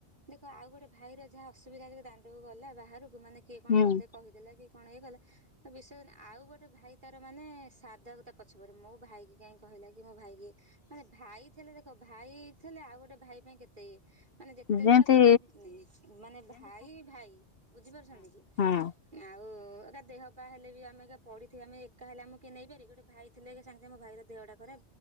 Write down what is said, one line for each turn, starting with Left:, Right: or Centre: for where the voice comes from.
Right: ଦେଖ ଆଉ ଗୋଟେ ଭାଇର ଯାହା ଅସୁବିଧା ଥିବ ଦାଣ୍ଡକୁ ଗଲା ବାହାରକୁ ମାନେ କିଏ କଣ
Left: ହୁଁ
Right: ପଦେ କହିଦେଲାକି କଣ ଇଏକଲା। ତାବିଷୟରେ ଆଉ ଗୋଟେ ଭାଇ ତାର ମାନେ ସାଦାକୁ ତାପଛ ପରେ। ମୋ ଭାଇ କି କାହିଁକି କହିଲା କି। ମୋ ଭାଇ କି ମାନେ ଭାଇ ଥିଲେ ଦେଖ ଭାଇ ଥିଲେ ଆଉ ଗୋଟେ ଭାଇ ପାଇଁ କେତେଇଏ। ମାନେ ଯେତେ
Left: ଯେମତି
Right: ଯାହା କୁହ ମାନେ ଭାଇ ଭାଇ। ବୁଝିପାରୁଚନ୍ତି କି?
Left: ହଁ।
Right: ଆଉ ଏକା ଦେହ ପାା ହେଲେ ବି ଆମେ ଏକା ପଡିଥିବା ଆମେ ଏକା ହେଲେ ଆମକୁକିଏ ନେଇ ପାରି ବ କି ଗୋଟେ ଭାଇ ଥିଲେ ସାଙ୍ଗେ ସାଙ୍ଗେ ମୋ ଭାଇର ଦେହଟା ଖରାପ